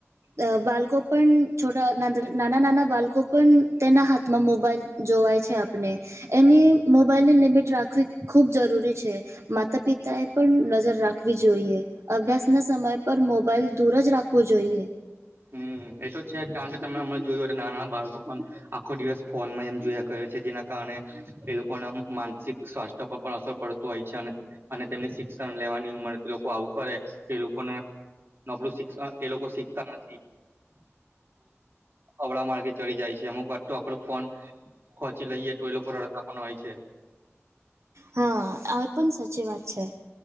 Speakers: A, on the right; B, on the right.
A: અ બાલકો પણ છોટા ના નાના નાના બાળકો પણ તેના હાથમાં મોબાઈલ જોવાય છે આપણે એની મોબાઈલને લિમિટ રાખવી ખૂબ જરૂરી છે. માતા પિતા એ પણ નજર રાખવી જોઈએ અભ્યાસ ના સમય પર મોબાઈલ દૂર જ રાખવો જોઈએ.
B: હમ એ તો છે કારણ કે તમે હમણાં જોયું ના નાના બાળકો પણ આખો દિવસ ફોનમાં એમ જોયા કર્યો છે જેના કારણે એ લોકો ના માનસિક સ્વાસ્થ પર પણ અસર પડતો હોય છે અને અને તેમની શિક્ષણ લેવાની ઉંમર લોકો આવું કરે તે લોકોને નબળું શિક્ષણ એ લોકો શીખતા નથી. અવળા માર્ગે ચડી જાય છે અમુક વાત તો આપડો ફોન ખચી લઈએ ઈલોકો રડતા હોય છે.
A: હા આ પણ સાચી વાત છે.